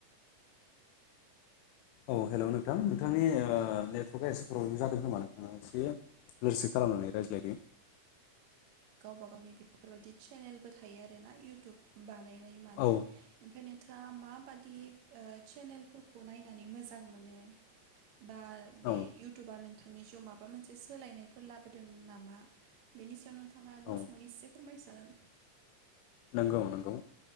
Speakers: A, on the left; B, on the right.
A: औ हेल' नोंथां नोंथांनि ओ नेटवर्कआ एसे प्रब्लेम जादों खोमा नोंथाङा एसे लोर सोर खालामनानै रायज्लायदो
B: गावबा गावनि बेफोरबायदि चेनेलबो थायो आरोना इउटुब बानाय नाय मानाय
A: औ
B: ओमफाय नो थाङा माबायदि सेनेलफोरखौ नायनानै मोजां मोनो बा बे
A: औ
B: इउटुबा नों थांनि जिउआव माबा मोनसे सोलायनायफोर लाबोदों नामा बेनि सायाव नों थाङा गुसुङै
A: औ
B: एसे फोरमायजागोन
A: नंगौ नंगौ